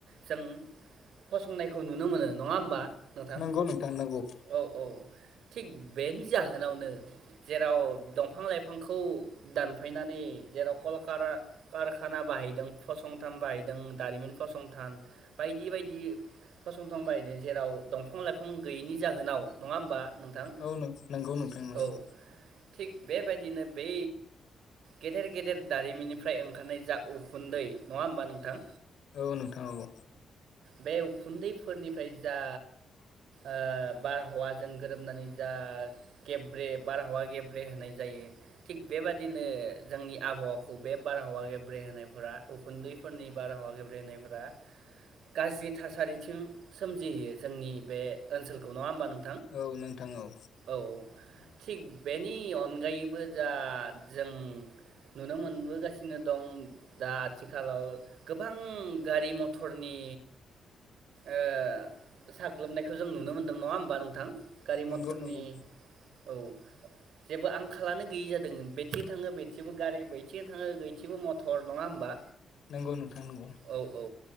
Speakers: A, on the right; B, on the left.
A: जों फसंनायखौ नुनो मोनो नङा होमबा? नोंथां
B: नोंगौ नोंथां नोंगौ।
A: औ औ थिग बेनि जाहोनावनो जेराव दंफां लाइफांखौ दानफायनानै जेराव कलकारा कारखाना बाहायदों फसं थान बाहायदों दारिमिन फसंथान बायदि बायदि फसंथान बायनो जेराव दंफां लाइफां गैयैनि जाहोनाव नङा होमबा? नोंथां
B: औ नों नोंगौ नोंथां नोंगौ।
A: औ थिग बेबायदिनो बै गेदेर गेदेर दारिमिननिफ्राय ओंखारनाय जा उखुन्दै नङा होमबा नोंथां?
B: औ नोंथां औ।
A: बे उखुन्दैफोरनिफ्राय जा ओ बारहवाजों गोरोबनानै जा गेब्रे बारहावा गेब्रे होनाय जायो थिग बेबादिनो जोंनि आबहावाखौ बे बारहावा गेब्रे होनायफ्रा उखुन्दै फोरनि बारहावा गेब्रे होनायफोरा गाज्रि थासारिथिं सोमजि होयो जोंनि बे ओनसोलखौ नङा होनबा नों
B: औ नोंथां औ।
A: औ औ थिग बेनि नगायैबो जा जों नुनो मोनबोगासिनो दं जा आथिखालाव गोबां गारिमठरनि ओ साग्लोबनायखो जों नुनो मोनदों नङा होमबा नोंथां? गारि
B: नंगौ
A: मथरनि
B: नंगौ
A: औ जेबो आंखालानो गैयि जादों। बेथिं बैथिं बो गारि बिथिं थांओ बैथिं बो मथर सर नङा होमबा?
B: नोंगौ नोंथां नोंगौ।
A: औ औ